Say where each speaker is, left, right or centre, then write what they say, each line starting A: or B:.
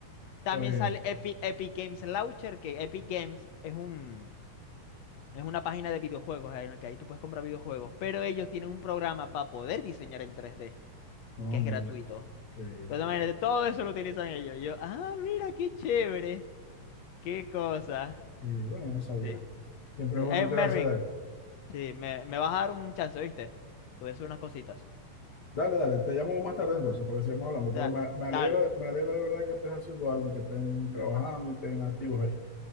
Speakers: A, on the left; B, on the left.
A: También
B: está bien.
A: sale Epi- Epic, Games Launcher, que Epic Games es un, es una página de videojuegos en la que ahí tú puedes comprar videojuegos. Pero ellos tienen un programa para poder diseñar en tres d
B: No,
A: que es
B: mira,
A: gratuito.
B: qué bien,
A: Entonces,
B: qué
A: imagínate, todo eso lo utilizan ellos. Y yo, ah, mira qué chévere. Qué cosa.
B: Y bueno, no sabía.
A: Sí,
B: Siempre
A: sí.
B: es bueno
A: Eh,
B: enterarse
A: Mervin,
B: de él.
A: sí, me, me vas a dar un chance, ¿viste? Te voy a hacer unas cositas.
B: Dale, dale, te llamo más tarde entonces para que sigamos hablando. Pero
A: Da-
B: me, me alegra,
A: dale.
B: me alegra de verdad que estés haciendo algo y que estén trabajando y estén activos ahí.